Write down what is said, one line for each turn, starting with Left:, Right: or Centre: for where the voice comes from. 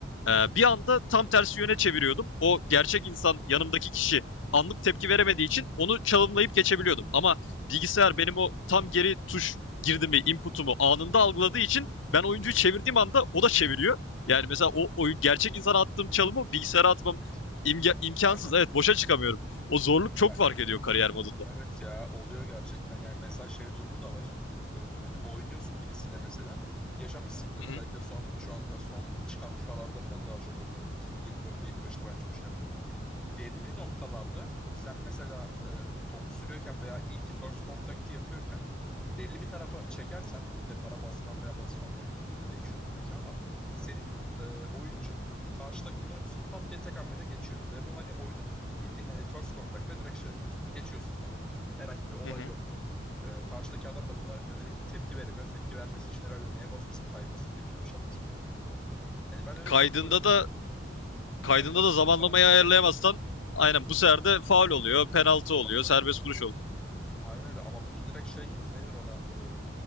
Left: Ee, bir anda tam tersi yöne çeviriyordum. O gerçek insan yanımdaki kişi anlık tepki veremediği için onu çalımlayıp geçebiliyordum. Ama bilgisayar benim o tam geri tuş girdimi, input'umu anında algıladığı için ben oyuncuyu çevirdiğim anda o da çeviriyor. Yani mesela o oyun gerçek insana attığım çalımı
Centre: Boşa çıkmamış
Left: bilgisayara atmam
Centre: oluyor onun için.
Left: imkansız.
Centre: Aynen.
Left: Evet boşa çıkamıyorum. O zorluk çok
Centre: Ya
Left: fark
Centre: kanka
Left: ediyor kariyer modunda.
Centre: Evet ya oluyor gerçekten. Yani mesela şey durumu da var. Ee, hani oynuyorsun birisiyle mesela. Yaşamışsındır
Left: Hı
Centre: özellikle
Left: hı,
Centre: son şu anda son çıkan FIFA'larda falan daha çok oluyor. 2024'te 25'te ben çok şey yaptım. Belli noktalarda sen mesela e, topu sürüyorken veya ilk first contact'ı yapıyorken belli bir tarafa çekersen depara basman veya basmanla ilgili de değişiyor tabii ki ama senin e, oyuncun karşı takımın oyuncusunu pat diye tek hamlede geçiyor ve bu hani oyunun bildiğin hani first contact'ta direkt şey yapıyorsun. Geçiyorsun herhangi bir olay
Left: hı hı.
Centre: yok. E, karşıdaki adam da buna yönelik bir tepki veremiyor. Tepki vermesi için herhalde neye basması, kayması mı gerekiyor, bir şey yapması mı gerekiyor bilmiyorum ama yani ben öyle
Left: Kaydında
Centre: çok gol attım.
Left: da kaydında
Centre: Yani, ka-
Left: da
Centre: doğru
Left: zamanlamayı
Centre: zamanlı koyamıyorum.
Left: ayarlayamazsan aynen bu sefer
Centre: Aynen.
Left: de faul
Centre: Öyle
Left: oluyor,
Centre: oluyor.
Left: penaltı
Centre: Ama
Left: oluyor,
Centre: bunu
Left: serbest vuruş oluyor.
Centre: aynen öyle ama bunu direkt şey ne denir ona e,